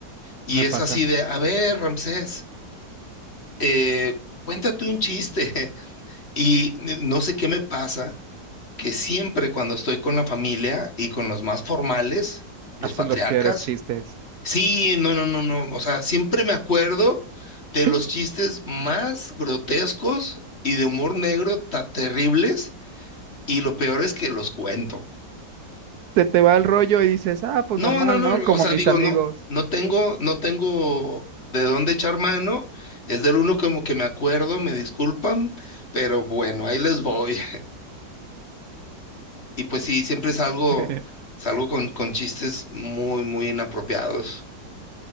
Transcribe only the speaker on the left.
Y
es
así de, a ver, Ramsés. eh, cuéntate un chiste. <laughs> Y n- no sé qué me pasa, que siempre cuando estoy con la familia y con los más formales, los
patriarcas,
sí, no, no, no, no, o sea, siempre me acuerdo de
los chistes más grotescos y de humor negro tan terribles, y lo peor es que los cuento.
No,
no, no,
o sea,
digo,
no, no tengo, no tengo de dónde echar mano, es del uno como que me acuerdo, me disculpan, pero bueno, ahí les voy. Y pues sí, siempre salgo,
salgo con, con chistes muy, muy inapropiados.